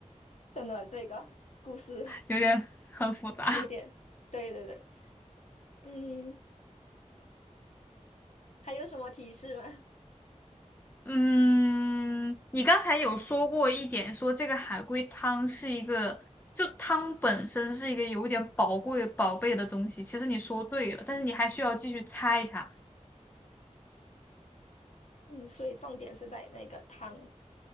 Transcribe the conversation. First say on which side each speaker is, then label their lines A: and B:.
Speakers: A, on the left; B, on the left.
A: 真的这个故事。
B: 有点很复杂。
A: 有点，对对对，嗯，还有什么提示吗？<laughs>
B: 嗯，你刚才有说过一点，说这个海龟汤是一个，就汤本身是一个有点宝贵宝贝的东西。其实你说对了，但是你还需要继续猜一下。
A: 嗯，所以重点是在那个汤，